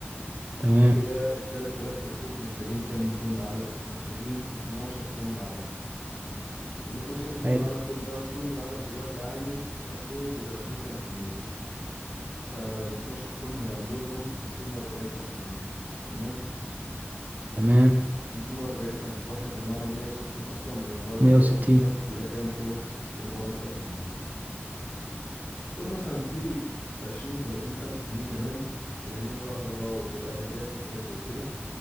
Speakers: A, on the right; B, on the left.
A: تمام
B: فكده ال 3000 كتكوت محتاجين كام طن علف محتاجين 12 طن علف ال 12 طن
A: حلو
B: علف دول بقى الطن العلف دلوقتي عامل في حدود ال 20000 جنيه فال 12 طن هيعملوا لهم 240000 جنيه تمام
A: تمام
B: 240,000 واحنا كان معانا 160 اصلا من اللي هو الايجار
A: 160
B: والبتاع يبقى كام كده 400,000 جنيه قول مثلا في 20 30 الف جنيه كمان يعني ايه كهرباء وعلاجات وحاجات زي كده